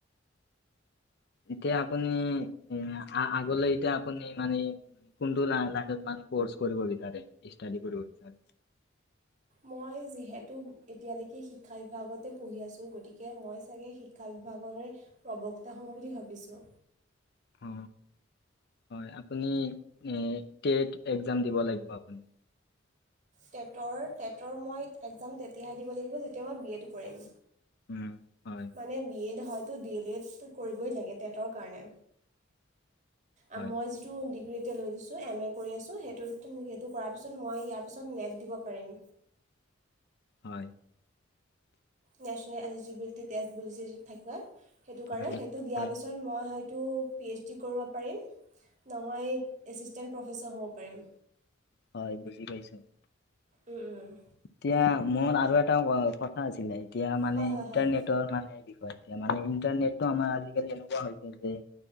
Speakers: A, on the left; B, on the right.
A: এতিয়া আপুনি উম আ-আগলৈ এতিয়া আপুনি মানে কোনটো লা-লাইনত মানে কো'ৰ্চ কৰিব বিচাৰে ইস্তাদি কৰিব বিচাৰে?
B: মই যিহেতু এতিয়ালৈকে শিক্ষা বিভাগতে পঢ়ি আছোঁ গতিকে মই চাগে শিক্ষা শিক্ষা বিভাগৰে প্ৰবক্তা হ'ম বুলি ভাবিছোঁ।
A: অ হয় আপুনি এ টেট একজাম দিব লাগিব আপুনি।
B: টেটৰ টেটৰ মই একজাম তেতিয়াহে দিব লাগিব যেতিয়া মই বি এড কৰিম।
A: উম হয়।
B: মানে বি এড হয়তো ডি এল এড কৰিবই লাগে টেটৰ কাৰণে।
A: হয়
B: আম মই যিটো টো ডিগ্ৰী এতিয়া লৈ থৈছোঁ এম এ কৰি আছোঁ সেইটো কৰাৰ পিছত মই ইয়াৰ পিছত নেট দিব পাৰিম।
A: হয়।
B: নেশ্যনেল এলিজিবিলিটি তেটেজবলিটি থাকে সেইটো কাৰণে
A: উম,
B: সেই সেইটো দিয়াৰ
A: হয়
B: পিছত মই হয়তো পি এইচ ডি কৰিব পাৰিম নহয় এচিষ্টেণ্ট প্ৰফেচৰ হ'ব পাৰিম।
A: হয় বুজি পাইছো।
B: উম উম।
A: এতিয়া মোৰ আৰু এটা কথা আছিলে এতিয়া মানে
B: হয় হয়
A: ইণ্টাৰনেট
B: হয়
A: মানে কি কয় মানে এতিয়া মানে ইণ্টাৰনেটো আমাৰ আজিকালি এনেকুৱা হৈ গৈছে